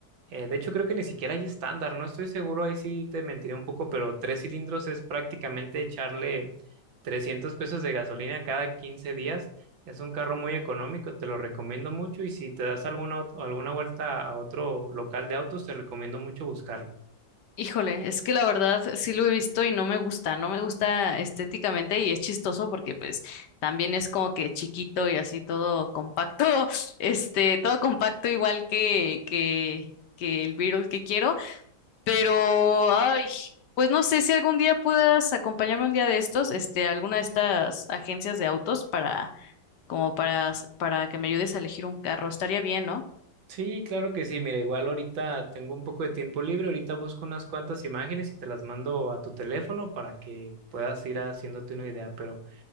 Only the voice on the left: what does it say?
Híjole, es que la verdad sí lo he visto y no me gusta, no me gusta estéticamente y es chistoso porque pues también es como que chiquito y así todo compacto, <laughs> este, todo compacto igual que, que, que el Beetle que quiero, pero ay, pues no sé si algún día puedas acompañarme un día de estos, este, a alguna de estas agencias de autos para como para, para que me ayudes a elegir un carro. Estaría bien, ¿no?